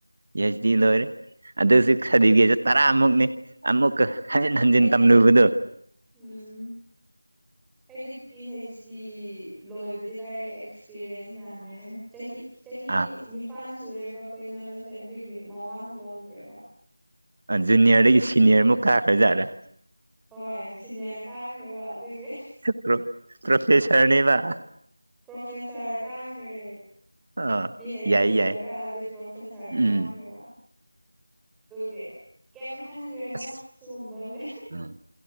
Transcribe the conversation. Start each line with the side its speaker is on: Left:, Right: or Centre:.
Right: ꯄꯤ ꯍꯩꯆ ꯗꯤ ꯂꯣꯏꯔꯦ ꯑꯗꯨꯁꯨ ꯁꯗꯤꯕꯤꯀꯦꯠꯁꯨ ꯇꯔꯥ ꯃꯨꯛꯅꯤ ꯑꯃꯨꯛꯀ ꯍꯟꯖꯤꯟ ꯍꯟꯖꯤꯟ
Centre: ꯑꯩ
Right: ꯇꯝꯂꯨꯕꯗꯨ
Centre: ꯎꯝ ꯑꯩꯗꯤ ꯄꯤ ꯍꯩꯆ ꯗꯤ ꯂꯣꯏꯕꯗꯤ ꯂꯥꯏꯔꯦ ꯑꯦꯁ ꯑꯦꯁꯄꯤꯔꯦꯟꯁ ꯌꯥꯝ ꯂꯩꯌꯦ ꯆꯍꯤ ꯆꯍꯤ
Right: ꯑꯥ
Centre: ꯅꯤꯄꯥꯟ ꯁꯨꯔꯦꯕ ꯀꯣꯏꯅꯕꯁꯦ ꯑꯗꯨꯒꯤ ꯃꯋꯥꯁꯨ ꯂꯧꯗ꯭ꯔꯦꯕ
Right: ꯖꯨꯅꯤꯌꯔꯗꯒꯤ ꯁꯤꯅꯤꯌꯔꯃꯨꯛ ꯀꯥꯈ꯭ꯔ ꯖꯥꯠꯔꯥ
Centre: ꯍꯣꯏ ꯁꯤꯅꯤꯌꯥꯔ ꯀꯥꯈ꯭ꯔꯦꯕ ꯑꯗꯨꯒꯤ
Right: ꯆꯤꯛꯄꯔꯣ ꯄ꯭ꯔꯣꯐꯦꯁꯔꯅꯦꯕ
Centre: ꯄ꯭ꯔꯣꯐꯦꯁꯔ ꯀꯥꯈ꯭ꯔꯦ
Right: ꯑꯥ
Centre: ꯄꯤ ꯍꯩꯆ
Right: ꯌꯥꯏ
Centre: ꯗꯤ
Right: ꯌꯥꯏ
Centre: ꯂꯣꯏꯔꯛꯑꯗꯤ ꯄ꯭ꯔꯣꯐꯦꯁꯔ ꯀꯥꯈ꯭ꯔꯦꯕ
Right: ꯎꯝ
Centre: ꯑꯗꯨꯒꯤ ꯀꯩꯝ ꯈꯟꯗ꯭ꯔꯦꯗ
Right: ꯑꯁ
Centre: ꯁꯤꯒꯨꯝꯕꯁꯦ
Right: ꯎꯝ